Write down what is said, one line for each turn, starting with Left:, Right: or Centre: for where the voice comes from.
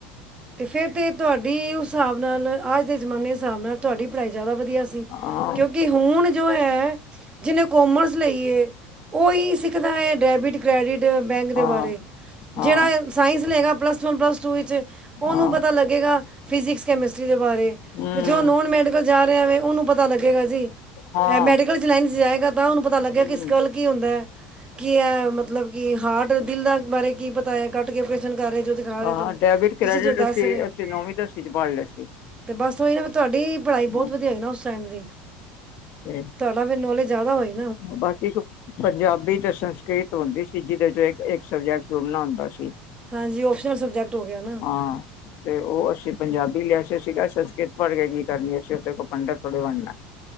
Right: ਤੇ ਫੇਰ ਤੇ ਤੁਹਾਡੀ ਉਸ ਹਿਸਾਬ ਨਾਲ ਅੱਜ ਦੇ ਜ਼ਮਾਨੇ ਹਿਸਾਬ ਨਾਲ ਤੁਹਾਡੀ ਪੜ੍ਹਾਈ ਜ਼ਿਆਦਾ ਵਧੀਆ ਸੀ,
Left: ਹਾਂ
Right: ਕਿਉਂਕਿ ਹੁਣ ਜੋ ਹੈ ਜਿੰਨੇ ਕੌਮਰਸ ਲਈ ਏ ਉਹੀ ਸਿੱਖਦਾ ਏ। ਡੈਬਿਟ, ਕ੍ਰੈਡੀਿਟ ਬੈਂਕ ਦੇ
Left: ਹਾਂ
Right: ਬਾਰੇ, ਜਿਹੜਾ
Left: ਹਾਂ
Right: ਸਾਇੰਸ ਲਏਗਾ ਪਲੱਸ ਵਨ, ਪਲੱਸ ਟੂ ਵਿੱਚ ਉਹਨੂੰ
Left: ਹਾਂ
Right: ਪਤਾ ਲੱਗੇਗਾ ਫਜਿਕਸ ਕੈਮਿਸਟਰੀ ਦੇ ਬਾਰੇ
Left: ਹਮ
Right: ਜਿੱਥੇ ਉਹ ਨੋਨ ਮੈਡੀਕਲ ਜਾ ਰਿਹਾ ਵੇ, ਉਹਨੂੰ ਪਤਾ ਲੱਗੇਗਾ।
Left: ਹਾਂ
Right: ਮੈਡੀਕਲ ਲਾਈਨ ਚ ਜਾਏਗਾ, ਤਾਂ ਉਹਨੂੰ ਪਤਾ ਲੱਗਿਆ
Left: ਹਮ
Right: ਕਿ ਸਕਿਲ ਕੀ ਹੁੰਦਾ ਹੈ, ਕੀ ਹੈ ਮਤਲਬ ਕੇ ਹਾਰਟ ਦਿਲ ਦਾ ਬਾਰੇ ਕੀ ਪਤਾ ਏ, ਕੱਟ ਕੇ ਕਰ ਰਹੇ ਜੋ ਦਿਖਾ ਰਹੇ।
Left: ਹਾਂ ਡੈਬਿਟ ਕ੍ਰੈਡਿਟ
Right: ਤੁਸੀਂ ਜੋ ਦੱਸ
Left: ਅਸੀਂ
Right: ਰਹੇ ਹੋ
Left: ਅਸੀਂ ਨੌਵੀਂ ਦਸਵੀ ਚ ਪੜ ਲਿਆ ਸੀ।
Right: ਤੇ ਬਸ ਉਹ ਹੀ ਨਾ ਤੁਹਾਡੀ ਤੁਹਾਡੀ ਪੜ੍ਹਾਈ ਬਹੁਤ
Left: ਹਾਂ
Right: ਵਧੀਆ ਨਾ ਉਸ ਟਾਈਮ ਦੀ,
Left: ਤੇ
Right: ਤੁਹਾਡਾ ਫਿਰ ਨੌਲੇਜ ਜ਼ਿਆਦਾ ਹੋਏ।
Left: ਬਾਕੀ ਇੱਕ ਪੰਜਾਬੀ ਤੇ ਸੰਸਕ੍ਰਿਤ ਹੁੰਦੀ ਸੀ ਜਿਹਦੇ ਚੋਂ ਇੱਕ ਸਬਜੈਕਟ ਚੁਣਨਾ ਹੁੰਦਾ ਸੀ।
Right: ਹਾਂਜੀ, ਉਪਸ਼ਨ ਸਬਜੈਕਟ ਹੋ ਗਿਆ ਨਾ।
Left: ਹਾਂ ਤੇ ਉਹ ਅਸੀਂ ਪੰਜਾਬੀ ਲਿਆ ਸੀ, ਅਸੀ ਕਿਹਾ ਸੰਸਕ੍ਰਿਤ ਪੜ ਕੇ ਕੀ ਕਰਨੀ, ਅਸੀਂ ਉੱਥੇ ਕੋਈ ਪੰਡਿਤ ਥੋੜੇ ਬਣਨਾ।